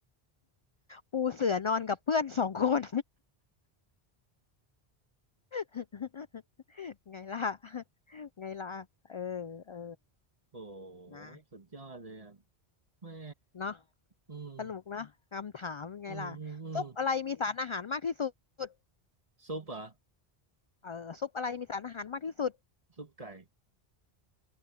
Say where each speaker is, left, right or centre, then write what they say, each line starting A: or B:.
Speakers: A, on the left (about 45°); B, on the right (about 35°).
A: ปูเสือนอนกับเพื่อนสองคน <laughs> ไงล่ะไงล่ะเออเออ
B: โอ้
A: นะ
B: สุดยอดเลยอ่ะแม่
A: เนาะ
B: อืม
A: สนุกเนาะคำถามไงล่ะซุปอะไรมีสารอาหารมากที่สุด
B: อืมอืมอืมซุปเหรอ
A: เออซุปอะไรมีสารอาหารมากที่สุด
B: ซุปไก่